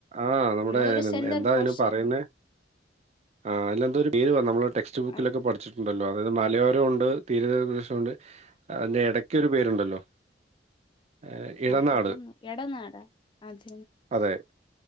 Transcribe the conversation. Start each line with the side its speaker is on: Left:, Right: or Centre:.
Right: ആ നമ്മുടെ
Left: നമ്മളൊരു
Right: എൻ
Left: സെന്റർ
Right: എന്താതിന്
Left: പോർഷൻ
Right: പറയുന്നേ ആ അയിനെന്തരു പേര് പർഞ് നമ്മളെ ടെക്സ്റ്റ് ബുക്കിലൊക്കെ
Left: ആയിരിക്കാം
Right: പഠിച്ചിട്ടുണ്ടല്ലോ അതായത് മലയോരോം ഉണ്ട് തീര ണ്ട് അതിന്റെ ഇടക്ക്‌ ഒിക്ക ഒരു പേരുണ്ടല്ലോ ഏ, ഇടനാട്
Left: എ എനിക്കന്നു എടനാടാ അത്
Right: അതെ